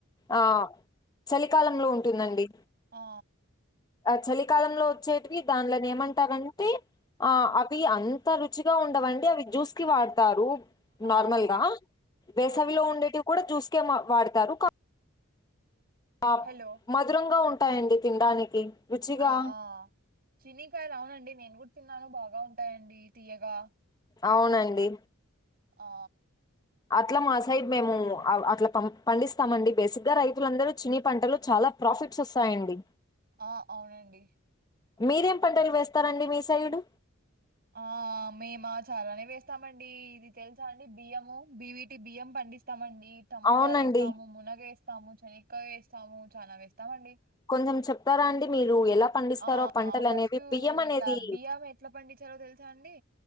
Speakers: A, on the left; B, on the right.
A: ఆ చలికాలంలో ఉంటుందండి.
B: ఆ
A: ఆ చలికాలంలో వచ్చేటివి దానిలని ఏమంటారంటే? ఆ అవి అంత రుచిగా ఉండవండి. అవి జ్యూస్ కి వాడతారు.
B: ఆ
A: నార్మల్గా
B: ఓకే
A: వేసవిలో
B: ఆ
A: ఉండేటివి కూడా జ్యూస్కే మ వాడతారు. క ఆప్
B: హలో
A: మధురంగా ఉంటాయండి తినడానికి రుచిగా
B: ఆ ఆ చినీకాయలు అవునండి నేను కూడా తిన్నాను బాగా ఉంటాయండి. తీయగా
A: అవునండి
B: ఆ
A: అట్లా మా సైడ్ మేము అట్లా పం పండిస్తామండి బేసిక్ గా రైతులందరూ చీనీ పంటలు చాలా ప్రాఫిట్స్ వస్తాయండి
B: ఆ అవునండి
A: మీరేం పంటలు వేస్తారండి మీ సైడు
B: ఆ మేమా చాలానే వేస్తామండి ఇది తెలుసా అండి బియ్యము బివిటి బియ్యం పం పండిస్తామండి టమోటాలు
A: అవునండి
B: ఏస్తాము మునగ ఏస్తాము చనగక్కయ ఏస్తాము చాలా ఎస్తామండి
A: కొంచెం చెప్తారా అండి మీ రు ఎలా పండిస్తారో
B: ఆ
A: పంటలు
B: ఫస్ట్
A: అనేవి బియ్యం అనేది
B: ఇట్లా బియ్యం ఎట్లా పండించాలో తెలుసా అండి